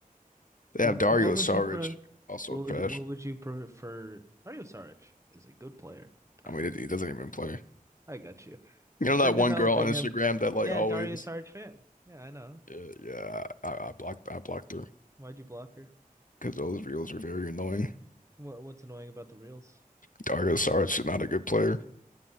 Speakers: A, on the left; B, on the right.
A: They
B: What,
A: have Dario
B: what would
A: Saric,
B: you pre
A: also
B: what
A: trash.
B: would you, what would you prefer? Dario Saric is a good player. <laughs> Dario-
A: I mean, he doesn't even play.
B: I got you.
A: You know that
B: They're developing
A: one girl on Instagram
B: him.
A: that like
B: Yeah,
A: always,
B: Dario Saric fan. Yeah, I know.
A: yeah, yeah I, I blocked, I blocked her.
B: Why'd you block her?
A: because those reels are very annoying.
B: What what's annoying about the reels?
A: Dario Saric is not a good player.